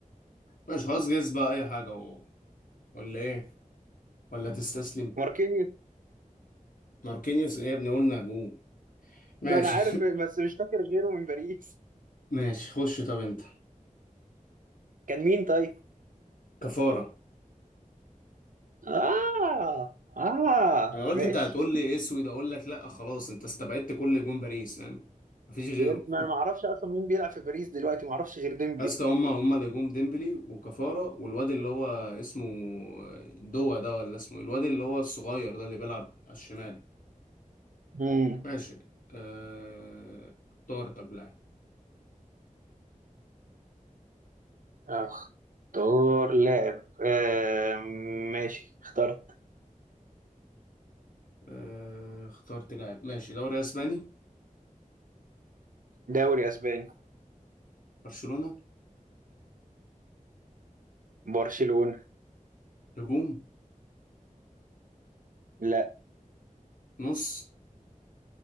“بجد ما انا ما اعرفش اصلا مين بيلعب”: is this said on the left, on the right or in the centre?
Right